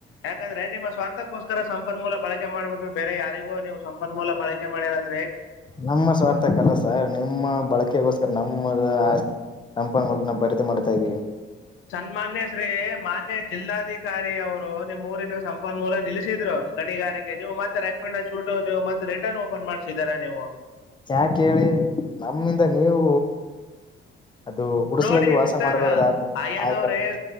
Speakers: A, on the left; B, on the left.
A: ಯಾಕಂದ್ರೆ ನಿಮ್ಮ ಸ್ವಾರ್ಥಕ್ಕೋಸ್ಕರ ಸಂಪನ್ಮೂಲ ಬಳಕ್ <unintelligible> ಮಾಡ್ಬಿಟ್ಟು ಬೇರೆ ಯಾರಿಗೂ ನೀವು ಸಂಪನ್ಮೂಲ ಬಳಕೆ ಮಾಡರ್ರ
B: ನಮ್ಮ ಸ್ವಾರ್ಥಕಲ್ಲ ಸರ್ ನಿಮ್ಮ ಬಳಕೆಗೋಸ್ ನಮ್ಮ ನಮ್ಮಪಲ್ಲ ನಾವು ಬರೆದು ಮಾಡ್ತಾ ಇದ್ದೀವಿ.
A: ಸನ್ಮಾನ್ಯ ಶ್ರೀ ಮಾನ್ಯ ಜಿಲ್ಲಾಧಿಕಾರಿ ಅವರು ನಿಮ್ ಊರಿನ ಸಂ ನ್ ಮೂಲ ನಿಲ್ಲಿಸಿದ್ರು ಗಣಿಗಾರಿಕೆ ನೀವು ಮತ್ತೆ ರೆಕಮೆಂಡ್ ಹಚ್ಬಿಟ್ಟು ನೀವು ಮತ್ತೆ ರಿಟರ್ನ್ ಓಪನ್ ಮಾಡ್ಸಿದರೆ ನೀವು.
B: ಯಾಕೇಳಿ ನಮ್ಮಿಂದ ನೀವು. ಅದು ಗುಡಿಸಲಲ್ಲಿ
A: ನೋಡ್ರಿ
B: ವಾಸ
A: ಮಿಸ್ಟಾರ್
B: ಮಾಡಬಾರ್ದ
A: ಅಯ್ಯಣ್ಣ
B: ಆಗ್ಬಾರ್ದಂತ
A: ಅವ್ರೇ